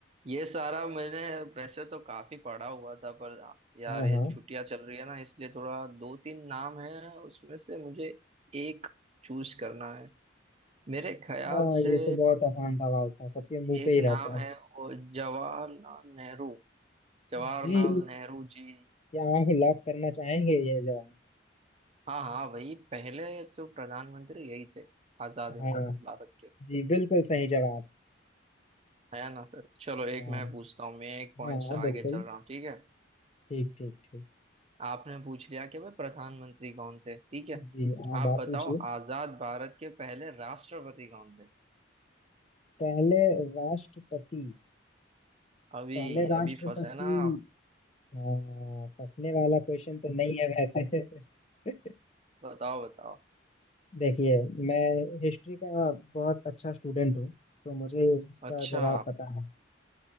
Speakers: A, on the right; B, on the left.
A: ये सारा मैंने वैसे तो काफी पढ़ा हुआ था पर यार
B: हाँ
A: ये
B: हाँ
A: छुट्टियां चल रही है ना इसलिए थोड़ा दो तीन नाम है उसमें से मुझे एक चूज करना है मेरे ख्याल
B: हाँ
A: से
B: ये तो बहुत आसान सवाल था सबके मुंह
A: एक
B: पे ही रहता
A: नाम
B: है
A: है वो जवाहरलाल नेहरू जवाहरलाल
B: जी
A: नेहरू जी
B: क्या आप लॉक करना चाहेंगे ये जवाब
A: हाँ हाँ वही पहले तो प्रधानमंत्री यही थे आजाद हिंद
B: हाँ
A: भारत के
B: जी बिल्कुल सही जवाब
A: है ना फिर चलो एक
B: हाँ
A: मैं पूछता हूँ मैं एक पॉइंट
B: हाँ
A: से
B: हाँ,
A: आगे
B: बिल्कुल
A: चल रहा हूँ ठीक है
B: ठीक ठीक ठीक
A: आपने पूछ लिया कि भाई प्रधानमंत्री कौन थे ठीक है
B: जी अब
A: आप
B: आप
A: बताओ
B: पूछिए
A: आजाद भारत के पहले राष्ट्रपति कौन थे
B: पहले राष्ट्रपति
A: अभी
B: पहले राष्ट्रपति
A: अभी फंसे ना आप
B: हाँ फंसने वाला क्वेश्चन तो नहीं है वैसे <laughs>
A: बताओ बताओ
B: देखिए मैं हिस्ट्री का बहुत अच्छा स्टूडेंट हूँ तो मुझे इसका
A: अच्छा
B: जवाब पता है